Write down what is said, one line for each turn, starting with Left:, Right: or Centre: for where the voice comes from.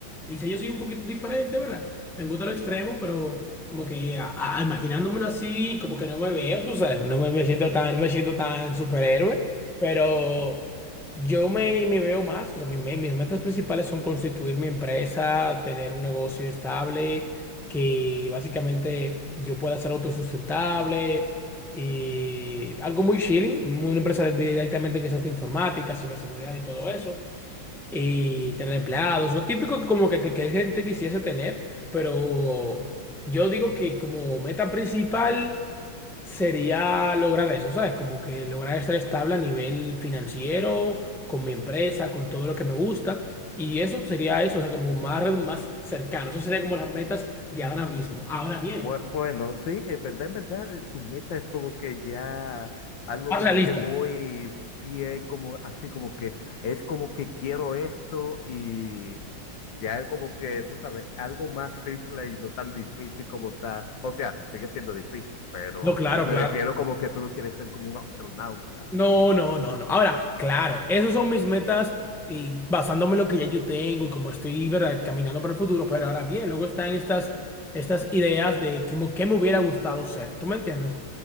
Centre: Dice, yo soy un poquito diferente, ¿verdad? Me gusta lo extremo, pero como que a- a- imaginándomelo así, como que no me veo, tú sabes, no me, me siento tan, no me siento tan superhéroe, pero yo me, me veo más, o sea, mi me- mis metas principales son constituir mi empresa, tener un negocio estable, que básicamente yo pueda ser autosustentable. Y algo muy chilling, muy- una empresa directamente quizás de informática, ciberseguridad y todo eso y tener empleados, lo típico que como que, que, que gente quisiese tener, pero yo digo que como meta principal sería lograr eso, ¿sabes? Como que lograr estar estable a nivel financiero, con mi empresa, con todo lo que me gusta, y eso sería eso, o sea, como más, re- más cercano, eso sería como las metas de ahora mismo. Ahora bien,
Left: Bu- Bueno, sí, en verdad, en verdad, eh, tu meta es como que ya algo
Centre: más
Left: como
Centre: realistas.
Left: que muy bien, como así como que es como que quiero esto y Ya es como que, tú sabes, algo más simple y no tan difícil como tal. O sea, sigue siendo difícil, pero
Centre: No, claro,
Left: me
Centre: claro.
Left: refiero como que tú no quieres ser como un astronauta.
Centre: No, no, no, no. Ahora, claro, esas son mis metas y basándome en lo que ya yo tengo y como estoy, ¿verdad? caminando para el futuro. Pero ahora bien, luego están estas, estas ideas de que, mo- qué me hubiera gustado ser. ¿Tú me entiendes?